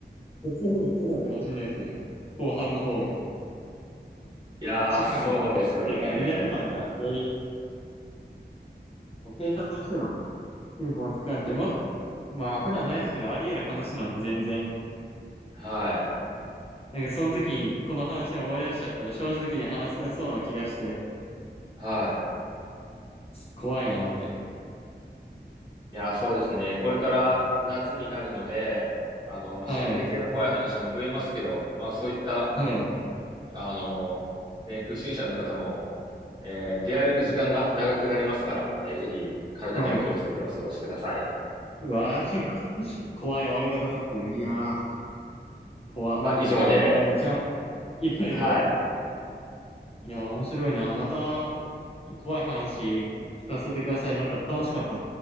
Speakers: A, on the left (about 35°); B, on the right (about 25°).
A: こっちの方が怖かったかもしれないですね。後半の方が。
B: いや、
A: ガチ感が、
B: そうですよね。
A: ガチやからリアル感がより、もう警察の人がピンポンつくなんても、まあ普段ないですけど、あり得る話なんで全然。
B: はい。
A: なんかその時にこの話を思い出しちゃったら正直に話せなそうな気がして、
B: はい。
A: 怖いなって。
B: いや、そうですね。これから夏になるので、あの、まあ、
A: はい。
B: 心霊系の怖い話も増えますけど、まあ、そういった、
A: はい。
B: あの、ね、不審者の方も、えー出歩く時間が長くなりますから、えーぜひ体には気をつけてお過ごしください。
A: はい。うわー、こ怖い終わり方だっすね。いやー、怖。
B: まあ、以上で、
A: いやー、めっちゃ、いろいろ。
B: はい。
A: いやー、面白いな。また、怖い話聞かせてください。なんか楽しかった。